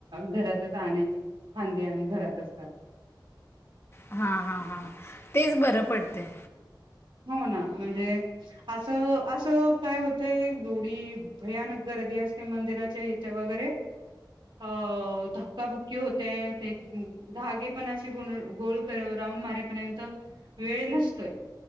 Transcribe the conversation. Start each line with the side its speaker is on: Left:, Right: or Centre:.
Right: घरातच आणायची फांदी आणि घरातच करायची.
Left: हा हा हा तेच बरं पडतंय.
Right: हो ना म्हणजे असं असं काय होतंय एवढी भयानक गर्दी असते मंदिराच्या इथे वगैरे धक्का क्काबुक्की होतेते धागे पण असे ग गोल राऊंड मारेपर्यंत. वेळ नसतोय.